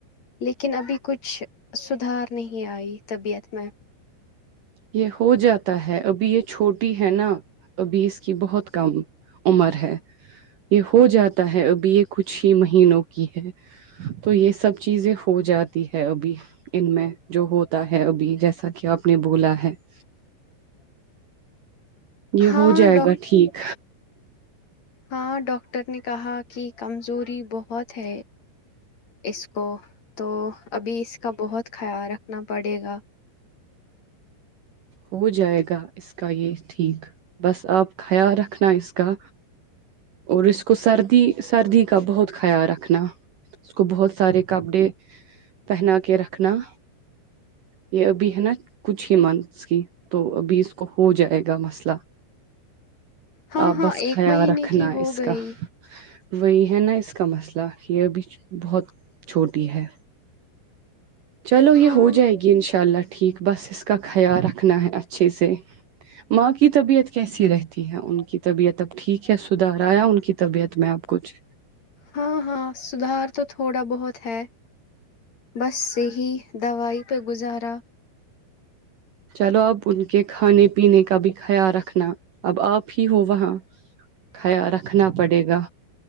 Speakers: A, on the left; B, on the right.
A: لیکن ابھی کچھ شھ <unintelligible> سدھار نہیں آئی طبیعت میں
B: یہ ہو جاتا ہے ابھی یہ چھوٹی ہے نا ابھی اس کی بہت کم عمر ہے یہ ہو جاتا ہے ابھی یہ کچھ ہی مہینوں کے <unintelligible> ہے تو یہ سب چیزیں ہو جاتی ہے ابھی ان میں جو ہوتا ہے ابھی جیسا کہ آپ نے بولا ہے <unintelligible> یہ
A: ہاں
B: ہو جائے
A: ڈاک
B: گا ٹھیک
A: ہاں ڈاکٹر نے کہا کہ کمزوری بہت ہے اس کو تو ابھی اس کا بہت خیال رکھنا پڑے گا
B: ہو جائے گا اس <unintelligible> کا یہ ٹھیک بس آپ <unintelligible> خیال رکھنا اس کا اور اس کو سردی سردی کا بہت خیال رکھنا اس کو بہت سارے کپڑے پہنا کے رکھنا یہ ابھی ہے نا کچھ ہی منتھس کی تو ابھی اس کو ہو جائے گا مسئلہ
A: ہاں
B: آ
A: ہاں
B: بس
A: ایک
B: خیال
A: مہینے
B: رکھنا
A: کی
B: ہے
A: ہو
B: اس
A: گئی
B: کا وہی ہے نا اس کا مسئلہ یہ ابھی بہت چھوٹی ہے چلو یہ
A: ہاں
B: ہو جائے گی انشاء اللہ ٹھیک بس اس کا خیال رکھنا ہے اچھے سے ماں کی طبیعت کیسی رہتی ہے ان کی طبیعت اب ٹھیک ہے سدھار آیا ان کی طبیعت میں اب کچھ
A: ہاں ہاں سدھار تو تھوڑا بہت ہے بس یہی دوائی پہ گزارا
B: چلو اب ان کے کھانے پینے کا بھی خیال رکھنا اب آپ ہی ہو وہاں خیال رکھنا پڑے گا